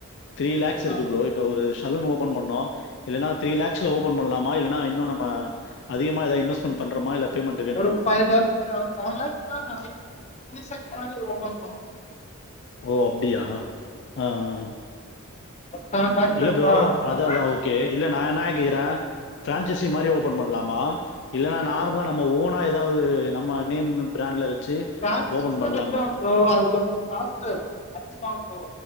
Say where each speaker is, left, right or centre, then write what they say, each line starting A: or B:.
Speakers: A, on the left; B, on the left.
A: த்ரீ லேக்ஸ் இருக்கு
B: ஆ
A: ப்ரோ இப்ப ஒரு சலூன் ஓபன் பண்ணோம் இல்லன்னா த்ரீ லேக்ஸ்ல ஓபன் பண்ணலா மா இல்லன்னா இன்னு நம்ம அதிகமா எதா இன்வஸ்மென்ட் பண்றமா இல்ல பேமெண்ட் வேணுமா
B: ஒரு ஃபை லாக்ஸ் செவன் லாக்ஸ் மேல ஆயி <unintelligible>
A: ஒ அப்படியா ஆஹ்
B: ஒரு செவன் லேக்ஸ்
A: இல்ல
B: இருந்தா
A: ப்ரோ அத
B: நல்லா
A: அதான் ஓகே இல்ல நான் என்ன கேக்குறேன் பிரான்சைசி மாதிரி ஓபன் பண்ணலாமா இல்லன்னா நார்மலா நம்ம ஓனா ஏதாவது நம்ம நேம் பிராண்ட்ல வச்சு
B: பிரான்சிஸ்ன
A: ஓப்பன் பண்ணலாமா?
B: கஷ்டம் ப்ரோ அது கொஞ்சம் காஸ்டு கஷ்டம் ப்ரோ